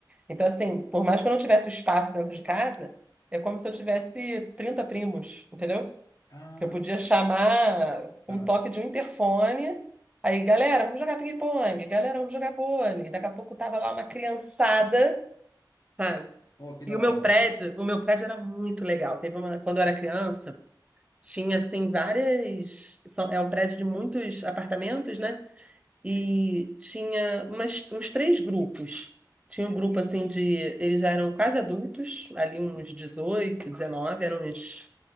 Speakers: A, on the right; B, on the left.
A: Então, assim, por mais que eu não tivesse o espaço dentro de casa, é como se eu tivesse 30 primos, entendeu?
B: Ah,
A: Que eu podia
B: só.
A: chamar um
B: Aham.
A: toque de um interfone. Aí, galera, vamos jogar ping-pong, galera, vamos jogar vôlei. Daqui a pouco tava lá uma criançada sabe?
B: Oh, que da
A: E o meu
B: hora,
A: prédio,
B: né?
A: o meu prédio era muito legal. Teve uma, quando eu era criança, tinha assim várias, são- é um prédio de muitos apartamentos, né? E tinha umas, uns três grupos. Tinha um grupo assim de, eles já eram quase adultos, ali uns 18 19 eram uns